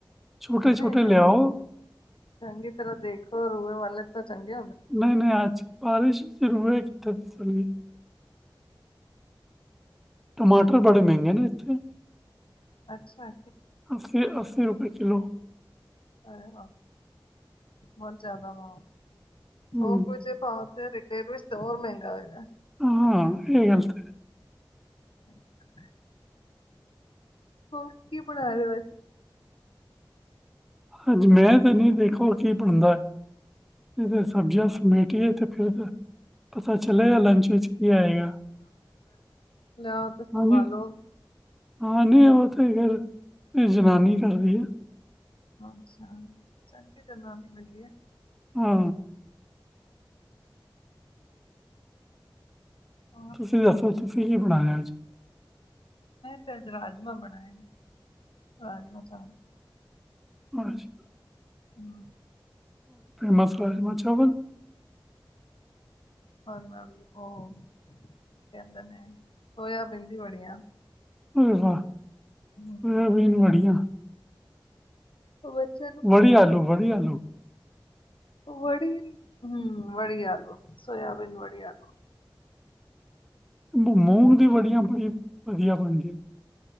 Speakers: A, in the centre; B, on the left.
A: ਛੋਟੇ ਛੋਟੇ
B: ਨਹੀਂ-ਨਹੀਂ,
A: ਲਿਆਓ
B: ਚੰਗੀ ਤਰ੍ਹਾਂ ਦੇਖੋ ਰੂਏ ਵਾਲੇ ਤਾਂ ਚੰਗੇ
A: ਨਹੀਂ-ਨਹੀਂ ਆਜ ਬਾਰਿਸ਼ ਸ਼ੁਰੂਏ ਕਿੱਥੇ <unintelligible> ਟਮਾਟਰ ਬੜੇ ਮਹਿੰਗੇ ਨੇ ਇੱਥੇ
B: ਅੱਛਾ।
A: ਅੱਸੀ-ਅੱਸੀ ਰੁਪਏ ਕਿਲੋ
B: ਅਰੇ ਬਾਪ, ਬਹੁਤ ਜ਼ਿਆਦਾ ਵਾ।
A: ਹੂੰ
B: ਹੋ ਕੁਜੇ ਪਾ ਰਿਟੇਲ ਵਿੱਚ ਤੇ ਹੋਰ ਮਹਿੰਗਾ ਹੋਏਗਾ
A: ਹਾਂ ਇਹ ਹਤ
B: <unintelligible> ਹੋਰ, ਕੀਂ ਬਣਾਰੇ ਹੇ ਅਜ
A: ਅੱਜ ਮੈਂ ਤੇ ਨੀ ਦੇਖੋ ਕੀ ਬਣਦੈ। ਇਹ ਸਬਜੀਆਂ <unintelligible> ਤੇ ਫਿਰਦੈ ਪਤਾ ਚਲੇਗਾ ਲੰਚ ਵਿੱਚ ਕੀ ਆਏਗਾ।
B: ਲਿਆਓ ਤੇ ਸੰਭਾਲੋ
A: ਹਾਂਜੀ ਹਾਂ ਨਹੀਂ ਉਹ ਤੇ ਫਿਰ। ਜਨਾਨੀ ਕਰਦੀ ਏ
B: ਅੱਛਾ। ਚੰਗਿ ਜਨਾਨੀ ਮਿਲੀ ਹੈ
A: ਹੂ
B: ਔਰ
A: ਤੁਸੀਂ ਦੱਸੋ ਤੁਸੀਂ ਕੀ ਬਣਾਇਆ ਅੱਜ
B: ਤੇ ਰਾਜਮਾਂ ਬਣਾਏ ਨੇ ਰਾਜਮਾ ਚਾਵਲ
A: ਹਾਂਜੀ
B: ਹਮ
A: ਬਸ ਰਾਜਮ ਚਾਵਲ
B: ਨਾਲ ਉਹ ਕੀ ਕਹਿੰਦੇ ਨੇ ਸੋਇਆਬੀਦੀ ਬੜੀਆਂ
A: ਹੋ ਵਾਹਬੀਨ
B: ਹਮ
A: ਬੜੀਆਂ।
B: ਉਹ ਬੱਚ
A: ਵੜੀ ਆਲੂ ਵੜੀ ਆਲੂ
B: ਵੜੀ, ਹੂ ਵੜੀ ਆਲੂ ਸੋਇਬੀਨ ਵੜੀ ਆਲੂ
A: ਮੁ ਮੂੰਗ ਦੀ ਵੜੀਆਂ ਬੜੀ, ਵਧੀਆ ਬਣਦੀ